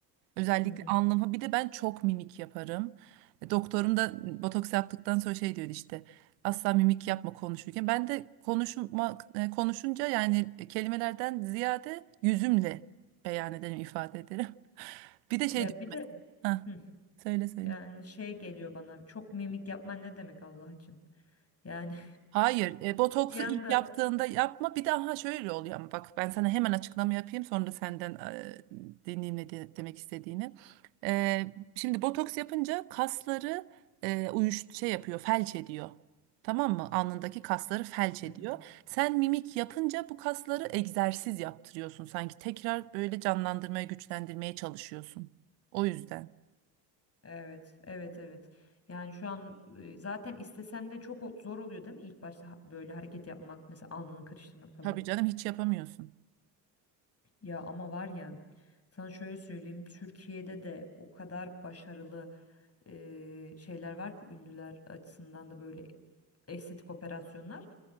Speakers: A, on the right; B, on the left.
A: Özellikle
B: Hmm.
A: alnıma bir de ben çok mimik yaparım. E, Doktorum da botoks yaptıktan sonra şey diyordu işte asla mimik yapma konuşurken. Ben de konuşmak e, konuşunca yani kelimelerden ziyade yüzümle beyan ederim ifade ederim. <laughs> Bir de şey
B: Ya
A: diyorum
B: bir
A: mesela.
B: de
A: Hah,
B: hı,
A: söyle söyle.
B: yani şey geliyor bana. Çok mimik yapman ne demek Allah için? Yani
A: Hayır, e, botoksu
B: <laughs> bir anda
A: ilk yaptığında yapma. Bir de aha şöyle oluyor ama bak ben sana hemen açıklama yapayım sonra senden e, dinleyeyim ne de- demek istediğini. E, şimdi botoks yapınca kasları e, uyuş şey yapıyor, felç ediyor. Tamam mı? Alnındaki kasları felç
B: Hı
A: ediyor.
B: hı.
A: Sen mimik yapınca bu kasları egzersiz yaptırıyorsun. Sanki tekrar böyle canlandırmaya, güçlendirmeye çalışıyorsun. O yüzden.
B: Evet, evet, evet. Yani şu an e, zaten istesen de çok ol- zor oluyor değil mi? İlk başta ha- böyle hareket yapmak, mesela alnını karıştırmak falan.
A: Tabii canım hiç yapamıyorsun.
B: Ya ama var ya, sana şöyle söyleyeyim, Türkiye'de de o kadar başarılı e, şeyler var ki ünlüler açısından da böyle estetik operasyonlar